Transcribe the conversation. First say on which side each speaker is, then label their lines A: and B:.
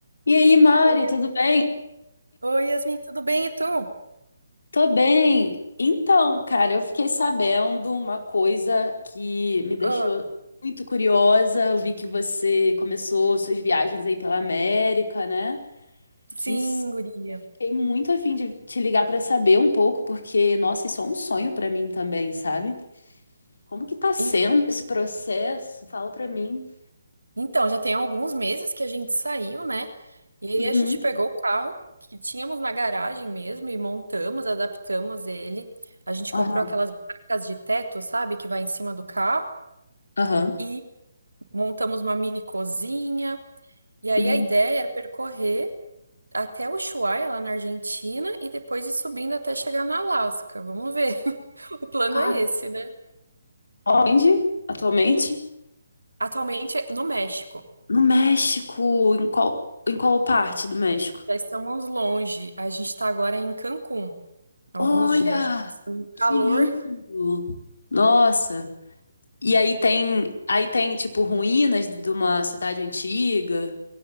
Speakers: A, on the left; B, on the right.
A: E aí, Mari,
B: Oi, Yas-
A: tudo bem?
B: Oi, Yasmin, tudo bem? E tu?
A: Tô bem. Então, cara, eu fiquei sabendo uma coisa que me deixou
B: Ah,
A: muito curiosa. Eu vi que você começou suas viagens aí pela América, né?
B: Sim,
A: Que s-
B: guria.
A: e eu fiquei muito a fim de te ligar pra saber um pouco, porque, nossa, isso é um sonho pra mim também, sabe? Como que tá sendo
B: En-
A: esse processo? Fala pra mim.
B: Então, já tem alguns meses que a gente saiu, né? E aí
A: Uhum.
B: a gente pegou o carro que tínhamos na garagem mesmo e montamos, adaptamos ele. A gente
A: Aham.
B: comprou aquelas barracas de teto, sabe, que vai em cima do carro
A: Aham.
B: e montamos uma mini cozinha. E aí
A: Uhum.
B: a ideia era percorrer até Ushuaia, lá na Argentina, e depois ir subindo até chegar na Alasca. Vamos ver. <laughs> O plano
A: Cara,
B: é esse, né?
A: onde atualmente?
B: Atualmente é no México.
A: No México, em qual, em qual parte do México?
B: Já estamos longe. A gente está agora em Cancún. Alguns
A: Olha,
B: dias já passando calor.
A: que lindo! Nossa! E aí tem, aí tem tipo ruínas de uma cidade antiga.